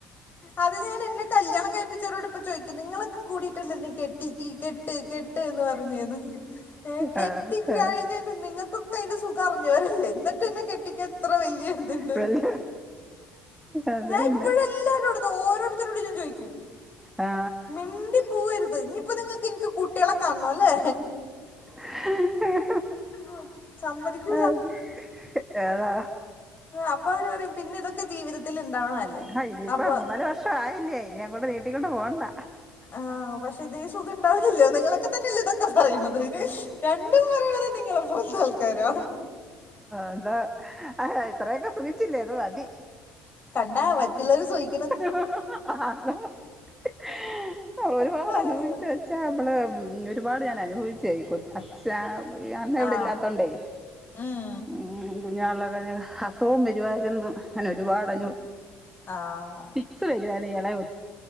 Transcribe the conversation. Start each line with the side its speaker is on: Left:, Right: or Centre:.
Left: അത് ഞാൻ എന്നെ കല്യാണം കഴിപ്പിച്ചവരോട് ഇപ്പ ചോദിക്കും നിങ്ങളകെകൂടിയിട്ടല്ലെ ന്നെ കെട്ടി കെട്ട് ട്ട്ന്ന് പറഞ്ഞന്ന് ഏ കെട്ടിക്കഴിഞ്ഞ
Centre: ആ ആ
Left: നിങ്ങക്കൊക്കെ അയിന്റെ സുഖർ ഞ്ഞോരേല്ലേ ന്നിട്ട്ന്നെ കെട്ടിക്കാ ത്രവല്യ ഇതുണ്ടോയ്
Centre: വല്യ അതന്നെ
Left: ഞാൻ ഇപ്പോഴും എല്ലാരുംടുത്ത് ഓരോരുത്തരോടും ഞാൻ ചോയിക്കും.
Centre: ആ
Left: മിണ്ടി പോവരുത് ഇഞ്ഞ്യിപ്പോ നിങ്ങക്ക് ഇന്ക്ക് കൂട്ടികളെ കാൺണോല്ലേ?
Centre: <unintelligible>
Left: ഓ സമ്മതി <unintelligible>
Centre: അതെ ഏതാ
Left: അപോ അവര് പറയും പിന്നെ ഇതൊക്കെ ജീവിതത്തി ഉണ്ടാവണല്ലേ?
Centre: ആഹ് ഇയിപ്പപ്പോ
Left: അപ്പൊ
Centre: മൂന്നാല് വർഷ ആയില്ലേ? ഇനി അങ്ങോട്ട് നീട്ടിക്കൊണ്ട് പോകണ്ട.
Left: ആഹ് പക്ഷെ ഇതേ സുഖം ഉണ്ടാവില്ലല്ലോ? നിങ്ങളൊക്കെ തന്നെയല്ലേ ഇതൊക്കെ പറയണത്. രണ്ടും പറയണത് നിങ്ങളെ പോലത്തെ ആൾക്കാരാ.
Centre: അതാ ആ ഇത്രയൊക്കെ സുഖിച്ചില്ലേ അത് മതി.
Left: കണ്ടാ മറ്റുള്ളവർ സുയിക്ക
Centre: <unintelligible> ഒരുപാട്
Left: അയ്യോ
Centre: അനുഭവിച്ച വെച്ചാ. നമ്മള് ഒരുപാട് ഞാൻ അനുഭവിച്ചയി കൊ അച്ഛാ യന്ന്ഇവിടെ
Left: ആ
Centre: ഇല്ലാത്തോണ്ടേ
Left: ഉം
Centre: ഉും കുഞ്ഞങ്ങളൊക്കെ അസുഖവും വരുവായിരുന്നു അങ്ങനെ ഒരുപാട് അനുഭവിച്ചു
Left: ആഹാ
Centre: ഫിക്സ് വെരുവായിരുന്നു ഇളയ കൊച്ചിന്